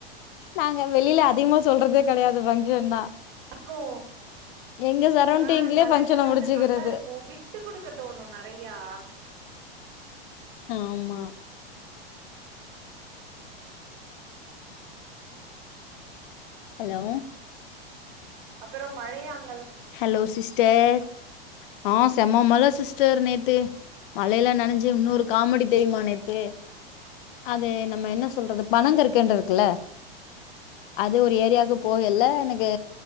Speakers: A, on the left; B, on the right.
A: நாங்க வெளியல அதிகமா சொல்றது கெடையாது ஃபங்க்ஷன்னா
B: இருக்கோ
A: எங்க சரௌண்டிங்லயே
B: ஆ கல
A: ஃபங்க்ஷன
B: கலன்னு
A: முடிச்சுக்கிறது
B: நல்லா இருக்கும் விட்டு குடுக்க தோணு நெறையா
A: ஆம்மா ஹலோ
B: அப்புற மழயா அங்
A: ஹலோ சிஸ் டர் ஆ செம்ம மழ சிஸ்டர் நேத்து மழையல நனைஞ்சு இன்னுரு காமெடி தெரியுமா நேத்து அது நம்ம என்ன சொல்றது பனங்கற்கண்டு
B: ம்
A: இருக்குல்ல அது ஒரு ஏரியாவுக்கு போகல்லே எனக்கு